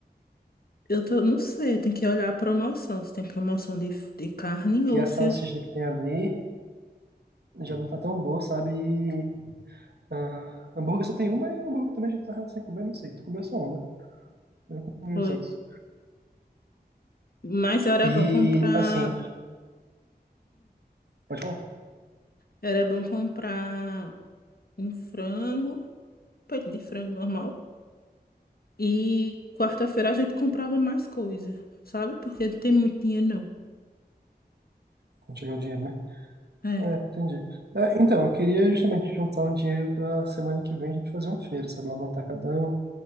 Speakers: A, on the left (about 60°); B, on the right (about 70°).
A: Eu tô, não sei, eu tenho que olhar a promoção. Se tem promoção de, de carne
B: Que
A: ou
B: é a
A: se
B: salsicha
A: a gente
B: que tem ali já não tá tão boa, sabe? E, ah, hambúrguer só tem uma e hambúrguer também a gente tá sem comer, não sei. Tu comeu só uma, né? eu não comi
A: foi.
B: os outros.
A: Mas era
B: E,
A: bom comprar.
B: assim, pode falar?
A: Era bom comprar um frango, peito de frango normal. E quarta-feira a gente comprava mais coisa, sabe? Porque não tem muito dinheiro, não.
B: Quando chegar o dinheiro, né?
A: É,
B: É, entendi. É, então, eu queria justamente juntar um dinheiro para semana que vem a gente fazer uma feira, sabe, lá no Atacadão.